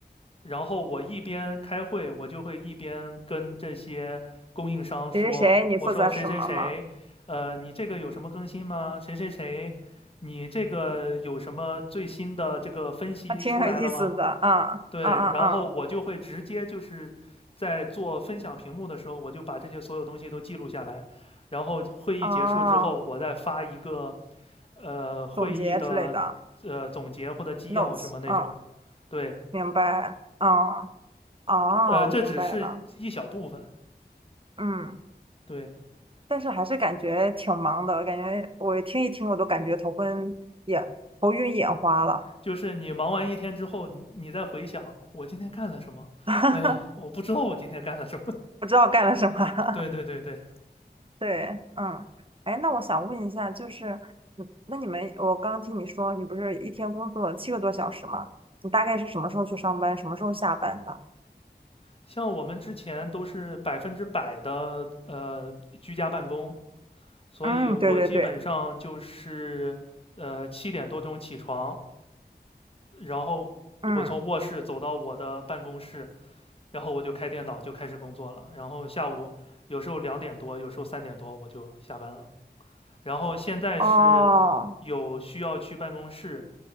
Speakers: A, on the left (about 35°); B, on the right (about 30°).
A: 然后我一边开会，我就会一边跟这些供应商说，
B: 谁谁谁，你负责什么吗？
A: 我说谁谁谁，呃，你这个有什么更新吗？谁谁谁，你这个有什么最新的这个分析出来了吗？
B: 还挺有意思的，啊，
A: 对，
B: 啊啊
A: 然后我就会直接就是在做分享屏幕的时候，我就把这些所有东西都记录下来，然后会议结束之后，
B: 啊，哦，
A: 我再发一个，呃，会议的呃总结或者纪要什么那种，
B: 总结之类的。notes，嗯
A: 对。
B: 明白，哦哦，
A: 呃，这只是一小部分。
B: 明白了，嗯，
A: 对，
B: 但是还是感觉挺忙的，感觉我听一听我都感觉头昏眼头晕眼花了，
A: 就是你忙完一天之后，你你再回想我今天干了什么，
B: <laughs>
A: 哎呀，我不知道我今天干了什么。
B: 不知道干了什么。<laughs>
A: <laughs> 对对对对，
B: 对，嗯，哎，那我想问一下，就是，嗯那你们，我刚刚听你说你不是一天工作七个多小时吗？你大概是什么时候去上班，什么时候下班的？
A: 像我们之前都是百分之百的呃居家办公，所以我基本上就是呃七点多钟起床，
B: 嗯，对对对，
A: 然后我从卧室走到我的办公室，
B: 嗯，
A: 然后我就开电脑就开始工作了，然后下午有时候两点多，有时候三点多我就下班了。然后现在是
B: 哦，
A: 有需要去办公室，